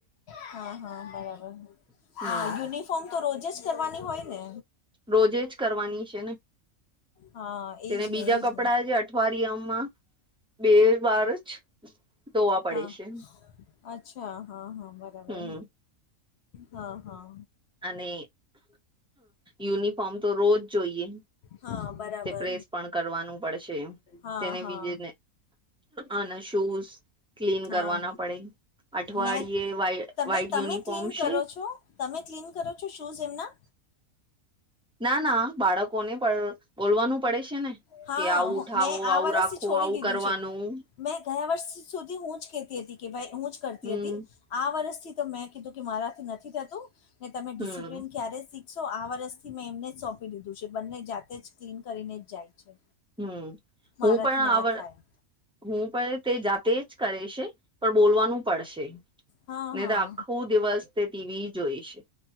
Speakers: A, on the left; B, in the centre.
A: હા હા બરાબર
B: હમ
A: હા યુનિ ફોર્મ તો રોજે જ કરવાની હોય ને
B: રોજે જ કરવાની છે ને
A: હા
B: તેને
A: એજ ને
B: બીજા
A: એજ
B: કપડા
A: ને
B: જ અઠવારિયામાં બે વાર જ ધોવા પડે
A: હા
B: છે.
A: અચ્છા હા હા બરાબર
B: હમ
A: હા હા.
B: અને યુનિફોર્મ તો રોજ જોઈએ.
A: હા બરાબર
B: તે પ્રેસ પણ કરવાનું પડશે.
A: હા
B: તેને
A: હા
B: બીજેને અને શૂઝ ક્લીન
A: હા
B: કરવા ના પડે અઠવાડિયે
A: મેં
B: વાય
A: તમે
B: વાઈટ
A: તમે
B: યુનિફોર્મ
A: ક્લીન
B: છે.
A: કરો છો તમે ક્લીન કરો છો શૂઝ એમના?
B: ના ના બાળકોને પણ બોલવાનું પડે છે ને
A: હા
B: કે આવું
A: હું-
B: ઉઠાવો,
A: મેં આ
B: આવું
A: વરષથી
B: રાખો,
A: છોડી
B: આવું
A: દીધું
B: કરવાનું.
A: છે મેં ગયા વર્ષ સુધી હું જ કેતી હતી કે ભાઈ હું જ કરતી
B: હમ
A: હતી. આ વર્ષથી તો મેં કીધું કે મારાથી નથી થતું ને તમે ડિસિપ્લિન
B: હમ
A: ક્યારે શીખ શીખશો. આ વર્ષથી મેં એમને જાતે જ સોંપી દીધું છે બંને જાતે જ ક્લીન કરીને જાય છે.
B: હમમ હું
A: મારાથી
B: પણ
A: ના
B: આ વ
A: થાય
B: હું પણ તે જાતે જ કરે છે પણ બોલવાનું પડશે.
A: હા
B: નય
A: હા
B: તો આખો દિવસ તે ટીવી જોઈ છે.